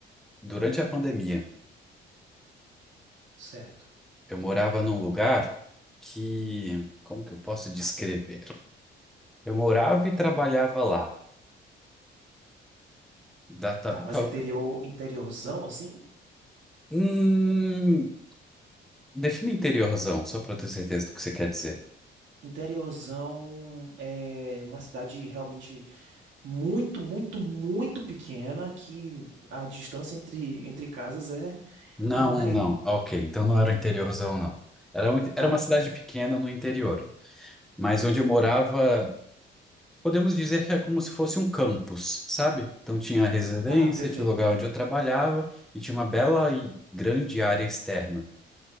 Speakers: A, in the centre; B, on the right (about 70°).
A: durante a pandemia.
B: Certo.
A: Eu morava num lugar que, como que eu posso descrever? Eu morava e trabalhava lá. Da- ta-
B: Tá, mas
A: ta-
B: interior, interiorzão assim?
A: Hum, defina interiorzão, só para eu ter certeza do que você quer dizer.
B: Interiorzão é uma cidade realmente muito, muito, muito pequena que a distância entre, entre casas é,
A: Não,
B: não é?
A: não. Ok, então não era o interiorzão, não. Era, um-
B: Tá,
A: era uma cidade pequena no interior. Mas onde eu morava, podemos dizer que é como se fosse um campus, sabe? Então tinha a residência,
B: tá, perfeito.
A: tinha o lugar onde eu trabalhava e tinha uma bela e grande área externa.